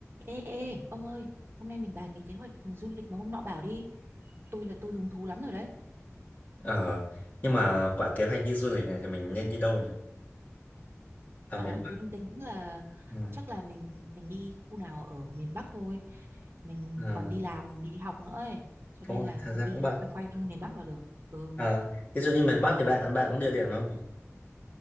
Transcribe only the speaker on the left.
Ờ, nhưng mà quả kế hoạch đi du lịch này thì mình nên đi đâu nhỉ? À
miền Bắc.
Ừ.
Ờ,
đúng rồi,
thật
ra
cũng bận.
Ờ, thí dụ như miền
Bắc thì bạn bạn cũng địa điểm đúng không nhỉ?